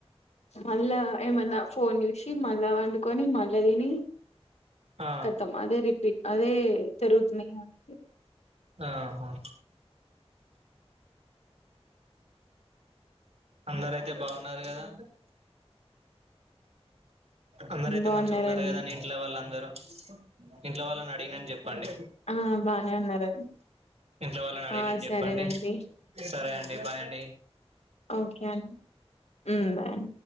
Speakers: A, on the left (about 80°); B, on the right (about 70°).
A: మళ్ళా ఏమన్నా ఫోన్ చూసి మల్ల అలా వండుకొని మళ్ళీ తిని
B: ఆ
A: ఖతం అదే రిపీట్ అదే జరుగుతున్నాయి అందుకే
B: ఆహా అందరయితే బాగున్నారు కదా అందరయితే
A: బాగున్నారండి
B: మంచిగాన్నారు కదా ఇంట్లో వాళ్ళ అందరూ. ఇంట్లో వాళ్ళని అడిగినాని చెప్పు. చెప్పండి
A: ఆ బానే ఉన్నారండి
B: ఇంట్లో వాళ్ళని అడిగినాని
A: ఆ సరేనండి
B: చెప్పండి సరే అండి బాయ్ అండి
A: ఓకే అండి మ్ బాయ్